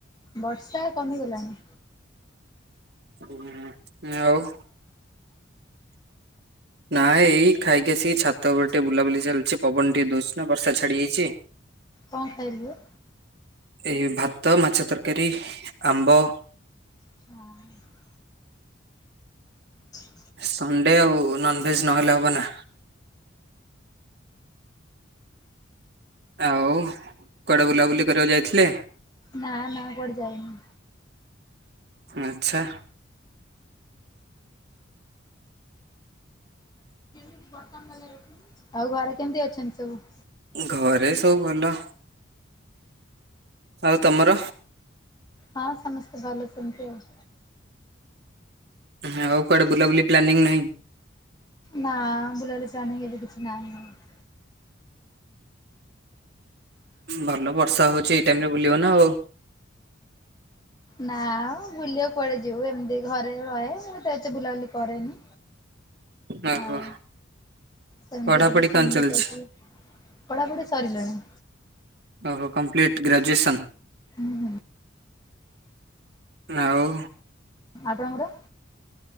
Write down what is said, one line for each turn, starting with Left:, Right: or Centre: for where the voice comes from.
Left: ବର୍ଷା କମିଗଲାଣି।
Right: ମତେ ଆଉ। ନା ଏଇ ଖାଇକିସି ଛାତ ଛାତ ଉପରେ ଟିକେ ବୁଲାବୁଲି ଚାଲିଛି ପବନ ଟିକେ ଦଉଛି ନା ବର୍ଷା ଛାଡି ଯାଇଛି।
Left: କଣ ଖାଇଲୁ?
Right: ଏ ଭାତ ମାଛ ତରକାରୀ ଆମ୍ବ।
Left: ହଁ। ହ
Right: ସଣ୍ଡେ ଆଉ ନନଭେଯେ ନହେଲେ ହବ ନା। ଆଉ କୁଆଡେ ବୁଲାବୁଲି କରିବାକୁ ଯାଇଥିଲେ?
Left: ନା ନା କୁଆଡେ ଯାଇନି।
Right: ଆଛା।
Left: <inaudible> ଆଉ ଘରେ କେମିତି ଅଛନ୍ତି ସବୁ?
Right: ଘରେ ସବୁ ଭଲ। ଆଉ ତମର
Left: ହଁ ସମସ୍ତେ ଭଲଅଛନ୍ତି ଆଉ।
Right: ତମେ ଆଉ କୁଆଡେ ବୁଲାବୁଲି ପ୍ଲାନିଂ ନାହିଁ?
Left: ନା ବୁଲାଲି ଚା ଆଣି ଗଲେ କିଛି ନାହିଁ ଆଉ।
Right: ଭଲ ବର୍ଷା ହଉଛି ଏଇ ଟାଇମି ରେ ବୁଲିବ ନା ଆଉ।
Left: ନାଆଉ ବୁଲିବାକୁ କୁଆଡେ ଯିବୁ ଏମିତି। ଘରେ ରହେ ମୁଁ ଏତେ ବୁଲାବୁଲି କରେନି।
Right: ଓହୋ
Left: ଆଉ ସେମିତି
Right: ପଢାପଢି
Left: ଦେବେ ସାଙ୍ଗଟେ
Right: କଣ ଚାଲିଛି?
Left: ପଢ଼ାପଢ଼ି ସରିଲାଣି?
Right: ଓହୋ କମ୍ପ୍ଲିଟ ଗ୍ରାଜୁଏସନ୍।
Left: ହୁଁ ହୁଁ।
Right: ଆଉ।
Left: ଆପଣଙ୍କର?